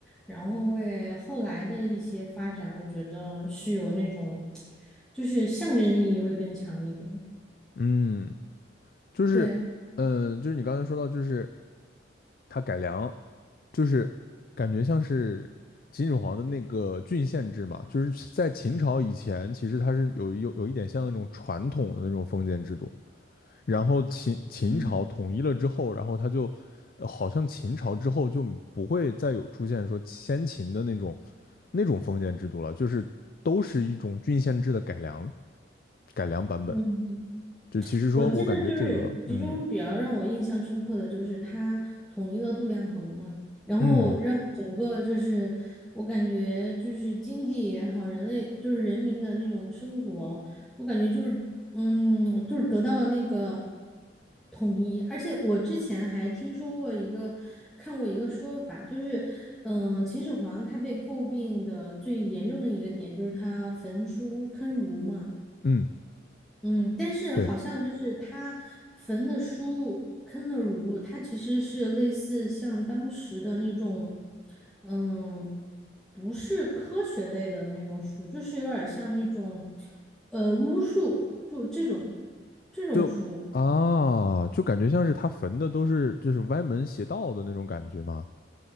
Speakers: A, in the centre; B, on the left.
A: 然后为后来的一些发展，我觉得是有那种 <tsk> 就是象征意义会更强一点。
B: 嗯。就是，
A: 对，
B: 嗯，就是你刚才说到，就是它改良，就是感觉像是秦始皇的那个郡县制嘛，就是在秦朝以前，其实它是有有有一点像那种传统的那种封建制度，然后秦秦朝统一了之后，
A: 嗯
B: 然后它就，呃好像秦朝之后就不会再有出现说先秦的那种那种封建制度了，就是都是一种郡县制的改良改良版本，
A: 嗯，
B: 就其实说我感觉这个，
A: 我记得就是其中比较让我印象深刻的就是他统一了度量衡嘛，
B: 嗯。
A: 然后让整个就是我感觉就是经济也好，
B: 嗯
A: 人类就是人民的那种生活，我感觉就是嗯，就是得到了那个统一，而且我之前还听说过一个看过一个说法，就是嗯、呃秦始皇他被诟病的最严重的一个点就是他焚书坑儒嘛。
B: 嗯，
A: 嗯，但是好像就是他焚的书《坑的儒》，
B: 对，
A: 它其实是类似像当时的那种，嗯，不是科学类的那种书，就是有点像那种，呃，巫术，就这种这种书。
B: 就啊，就感觉像是他焚的都是就是歪门邪道的那种感觉嘛。